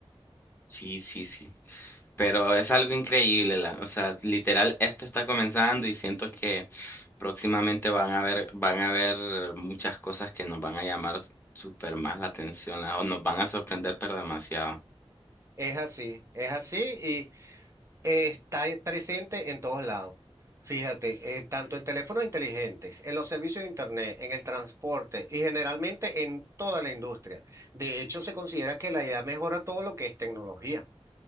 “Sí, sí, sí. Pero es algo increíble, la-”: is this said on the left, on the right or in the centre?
Left